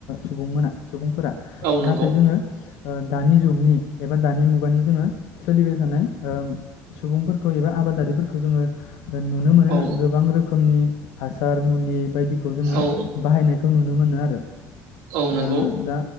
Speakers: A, on the left (about 75°); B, on the right (about 75°).
A: सुबुंमोना सुबुंफोरा
B: औ नंगौ
A: नाथाय जोङो ओ दानि जुगनि एबा दानि मुगानि जोङो सोलिबाय थानाय ओ सुबुंफोरखौ एबा आबादारिफोरखौ जोङो नुनो मोनो
B: औ
A: गोबां रोखोम रोखोमनि हासार मुलि बायदि खौ जोङो
B: औ
A: बाहायनो नुनो मोनो। आरो
B: औ नंगौ
A: ओ दा